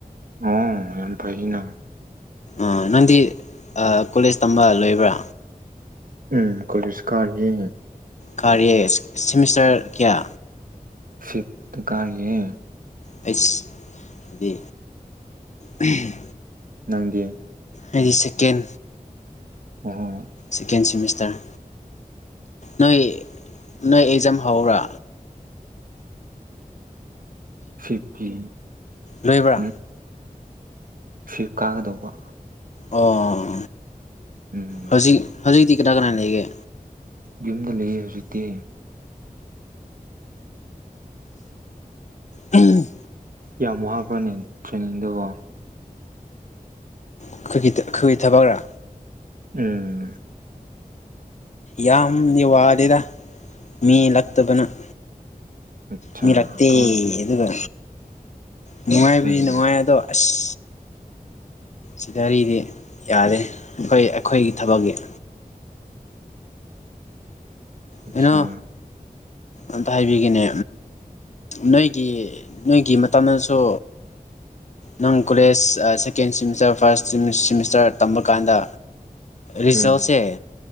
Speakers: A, on the right (about 65°); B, on the left (about 50°).
A: ꯑꯣ ꯌꯥꯝ ꯐꯩꯅ
B: ꯑ ꯅꯪꯗꯤ ꯑ ꯀꯣꯂꯦꯖ ꯇꯝꯕ ꯂꯣꯏꯕ꯭ꯔꯥ
A: ꯎꯝ ꯀꯣꯂꯦꯖ ꯀꯥꯔꯤꯌꯦ
B: ꯀꯥꯔꯤꯌꯦ ꯁꯤꯃꯤꯁꯇꯔ ꯀꯌꯥ
A: ꯐꯤꯞ ꯇ ꯀꯥꯌꯦꯦ
B: ꯑꯩꯁ ꯍꯥꯏꯗꯤ <unintelligible>
A: ꯅꯪꯗꯤ
B: ꯑꯩꯗꯤ ꯁꯦꯀꯦꯟ
A: ꯑꯣ
B: ꯁꯦꯀꯦꯟ ꯁꯤꯦꯃꯤꯁꯇꯔ ꯅꯣꯏ ꯅꯣꯏ ꯑꯦꯛꯖꯥꯝ ꯍꯧꯔꯥꯕ
A: ꯐꯤꯞꯀꯤ
B: ꯂꯣꯏꯕ꯭ꯔꯥ
A: ꯎ ꯐꯤꯞ ꯀꯥꯒꯗꯧꯕ
B: ꯑꯣ
A: ꯎꯝ
B: ꯍꯧꯖꯤꯛ ꯍꯧꯖꯤꯛꯇꯤ ꯀꯅꯥ ꯀꯅꯥ ꯂꯩꯒꯦ
A: ꯌꯨꯝꯗ ꯂꯩꯌꯦ ꯍꯧꯖꯤꯛꯇꯤ
B: ꯎꯝ
A: ꯌꯥꯝ ꯋꯥꯕ꯭ꯔꯅꯦ ꯇ꯭ꯔꯦꯅꯤꯡꯗꯨꯕꯣ
B: ꯑꯩꯈꯣꯏꯒꯤ ꯑꯩꯈꯣꯏꯒꯤ ꯊꯕꯛꯔꯥ
A: ꯎꯝ
B: ꯌꯥꯝꯗꯤ ꯋꯥꯗꯦꯗ ꯃꯤ ꯂꯛꯇꯕꯅꯤꯅ
A: ꯑꯆꯥ
B: ꯃꯤ ꯂꯥꯡꯇꯦ
A: ꯀꯃꯥꯏ
B: ꯑꯗꯨꯒ ꯅꯨꯡꯉꯥꯏꯕꯗꯤ
A: ꯎꯝ
B: ꯅꯨꯡꯉꯥꯏ ꯑꯗꯣ ꯑꯁ ꯁꯤꯗ ꯑꯩꯗꯤ ꯌꯥꯔꯦ ꯑꯩꯈꯣꯏ ꯑꯩꯈꯣꯏꯒꯤ ꯊꯕꯛꯀꯤ
A: ꯑꯆꯥ
B: ꯀꯩꯅꯣ ꯑꯝꯇ ꯍꯥꯏꯕꯤꯒꯅꯦ ꯅꯣꯏꯒꯤ ꯅꯣꯏꯒꯤ ꯃꯇꯝꯗꯁꯨ ꯅꯪ college second semester first semester ꯇꯝꯕ ꯀꯥꯟꯗ ꯔꯤꯖꯜꯁꯦ
A: ꯎꯝ